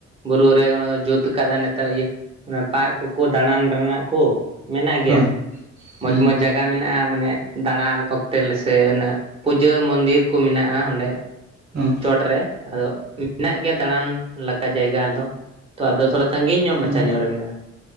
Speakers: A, on the right (about 20°); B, on the right (about 40°).
A: ᱵᱩᱨᱩ ᱨᱮ ᱚᱱᱟ ᱠᱚ ᱡᱩᱛ ᱟᱸᱠᱟᱫᱟ ᱱᱮᱛᱟᱨ ᱤᱭᱟᱹ ᱚᱱᱟ ᱯᱟᱨᱠ ᱠᱚ ᱫᱟᱬᱟᱱ ᱨᱮᱱᱟᱜ ᱠᱩᱼᱼ ᱢᱮᱱᱟᱜ ᱜᱮᱭᱟ
B: ᱦᱳᱭ
A: ᱢᱚᱡᱽ-ᱢᱚᱡᱽ
B: ᱦᱩᱸ
A: ᱡᱟᱜᱟ ᱢᱮᱱᱟᱜ-ᱟ ᱢᱟᱱᱮ ᱫᱟᱬᱟᱱ ᱚᱠᱛᱮ ᱟᱞᱮ ᱥᱮᱜ ᱩᱱᱟᱹᱜᱼᱼ ᱯᱩᱡᱟᱹ ᱢᱚᱱᱫᱤᱨ ᱠᱚ ᱢᱮᱱᱟᱜ-ᱟ ᱚᱸᱰᱮ,
B: ᱦᱩᱸ
A: ᱪᱚᱴ ᱨᱮ ᱟᱫᱚ ᱦᱮᱱᱟᱜ ᱜᱮᱭᱟ ᱫᱟᱬᱟᱱ ᱞᱮᱠᱟ ᱡᱟᱭᱜᱟ ᱟᱫᱚ᱾ ᱛᱚ ᱟᱫᱚ ᱛᱷᱚᱲᱟ ᱥᱟᱺᱜᱤᱧ ᱧᱚᱜ
B: ᱦᱩᱸ
A: ᱢᱟᱪᱷᱟ ᱧᱚᱜ ᱨᱮ ᱢᱮᱱᱟᱜ-ᱟ,